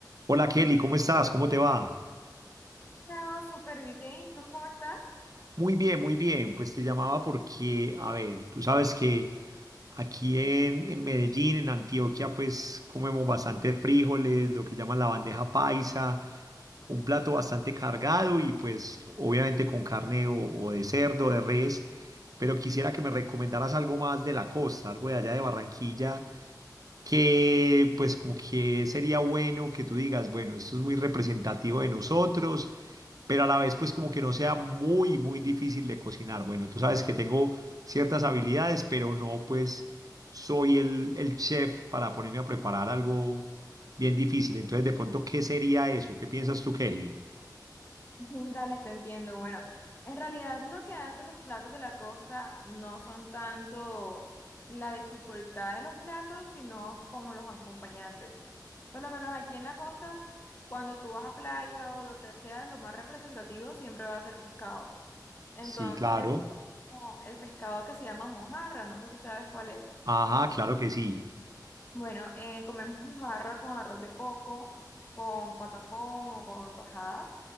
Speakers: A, on the right; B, on the left.
A: Hola Kelly, ¿cómo estás? ¿Cómo te va?
B: Chao, súper bien. ¿Y tú cómo estás?
A: Muy bien, muy bien. Pues te llamaba porque, a ver, tú sabes que aquí en, en Medellín, en Antioquia, pues comemos bastante frijoles, lo que llaman la bandeja paisa, un plato bastante cargado y pues obviamente con carne o, o de cerdo, de res, pero quisiera que me recomendaras algo más de la costa, algo de allá de Barranquilla, que pues como que sería bueno que tú digas, bueno, esto es muy representativo de nosotros pero a la vez pues como que no sea muy, muy difícil de cocinar. Bueno, tú sabes que tengo ciertas habilidades, pero no pues soy el, el chef para ponerme a preparar algo bien difícil. Entonces, de pronto, ¿qué sería eso? ¿Qué piensas tú, Kelly?
B: <laughs> Dale, te entiendo. Bueno, en realidad lo que hacen los platos de la costa no son tanto la dificultad de los platos, sino como los acompañantes. Por lo menos aquí en la costa, cuando tú vas a playa o lo que sea, lo más representativo siempre va a ser pescado. Entonces,
A: Sí, claro.
B: es como el pescado que se llama mojarra, no sé si sabes cuál es.
A: Ajá, claro que sí.
B: Bueno, eh, comemos mojarra con arroz de coco, con patacón o con tajada